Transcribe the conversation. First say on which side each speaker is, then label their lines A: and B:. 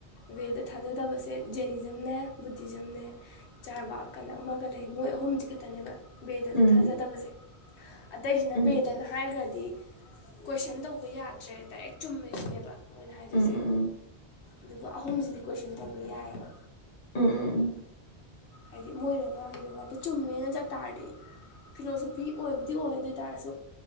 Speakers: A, on the left (about 85°); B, on the left (about 50°).
A: ꯕꯦꯗ ꯊꯥꯖꯗꯕꯁꯦ ꯖꯦꯅꯤꯖꯝꯅꯦ ꯕꯨꯙꯤꯖꯝꯅꯦ ꯆꯥꯔꯕꯥꯥꯛꯀꯅ ꯑꯃꯒ ꯂꯩ ꯃꯣꯏ ꯑꯍꯨꯝꯁꯤ ꯈꯛꯇꯅꯦꯕ ꯕꯦꯗꯗ
B: ꯎꯝ ꯎꯝ
A: ꯊꯥꯖꯗꯕꯁꯦ ꯑꯇꯩꯁꯤꯅ
B: ꯎꯝ
A: ꯕꯦꯗꯟ ꯍꯥꯏꯈ꯭ꯔꯗꯤ ꯀꯣꯏꯁꯟ ꯇꯧꯕ ꯌꯥꯗ꯭ꯔꯦꯗꯗꯥꯏꯦꯛ ꯆꯨꯝꯃꯤꯁꯤꯅꯦꯕ ꯃꯣꯏꯅ ꯍꯥꯏꯗꯣꯏꯁꯦ
B: ꯎꯝ ꯎꯝ ꯎꯝ
A: ꯑꯗꯨꯒ ꯑꯍꯨꯝꯁꯤꯗꯤ ꯀꯣꯏꯁꯟ ꯇꯧꯕ ꯌꯥꯏꯑꯦꯕ
B: ꯎꯝ
A: ꯍꯥꯏꯗꯤ ꯃꯣꯏꯅ ꯉꯥꯡꯒꯤꯗꯣ ꯉꯥꯛꯇ ꯆꯨꯝꯃꯦꯅ ꯆꯠ ꯇꯥꯔꯗꯤ ꯐꯤꯂꯣꯁꯣꯐꯤ ꯑꯣꯏꯕꯨꯗꯤ ꯑꯣꯏ ꯑꯗꯨ ꯑꯣꯏ ꯇꯥꯔꯁꯨ